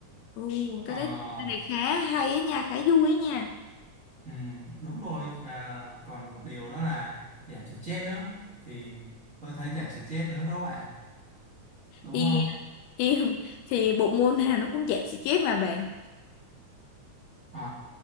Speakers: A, on the left (about 80°); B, on the right (about 30°).
A: Ừ,
B: Ờ
A: tôi thấy cái này khá hay á nha, khá vui á nha.
B: Ừ, đúng rồi và còn một điều đó là giảm stress nữa thì tôi thấy giảm stress nữa đó bạn đúng
A: Thì
B: không
A: thì thì bộ môn nào nó cũng dẹp xì chép mà bạn.
B: Ờ,